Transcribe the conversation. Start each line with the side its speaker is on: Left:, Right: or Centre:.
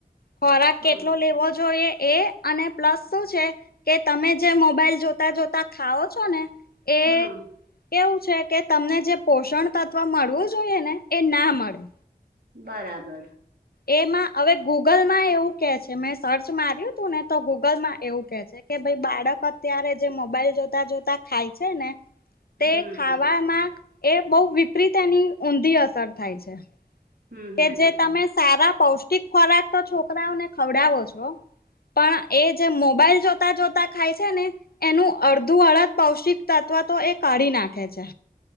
Left: ખોરાક
Right: હમ
Left: કેટલો લેવો જોઈએ એ અને પ્લસ શું છે, કે તમે જે મોબાઈલ જોતા જોતા ખાઓ છો ને. એક
Right: હમ
Left: એવું છે કે તમને જે પોષણ તત્વ મળવું જોઈએ ને, એના મળે.
Right: બરાબર.
Left: એમાં હવે ગૂગલમાં એવું કે છે, મેં સર્ચ માર્યું તુંને તો ગૂગલમાં એવું કે છે. કે ભાઈ બાળક અત્યારે જે મોબાઈલ જોતા જોતા ખાય છે ને. તે
Right: હમ
Left: ખાવામાં એ બહુ વિપરીત એની ઊંધી અસર થાય છે.
Right: હમ
Left: કેજે
Right: હમ હમ
Left: તમે સારા પૌષ્ટિક ખોરાક તો છોકરાઓને ખવડાવો છો. પણ એજે મોબાઈલ જોતા જોતા ખાય છે ને. એનું અડધું અડદ પૌષ્ટિક તત્વતો એ કાઢી નાખે છે.